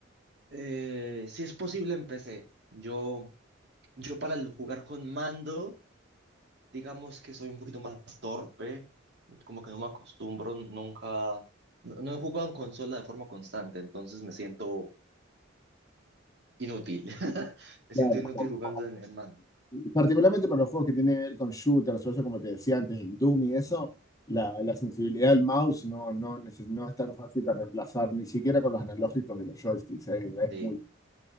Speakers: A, on the right; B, on the left.
A: eh, si es posible empecé, yo, yo para el jugar con mando... Digamos que soy un poquito más torpe, como que no me acostumbro, nunca, no, no he jugado en consola de forma constante, entonces me siento inútil. <laughs> Me
B: Claro.
A: siento inútil jugando en, en mano.
B: Particularmente para los juegos que tienen que ver con shooters, o eso como te decía antes, el Doom y eso, la, la sensibilidad del mouse no, no, neces- no es tan fácil de reemplazar, ni siquiera con los analógicos de los joysticks, es Es,
A: Sí,
B: muy,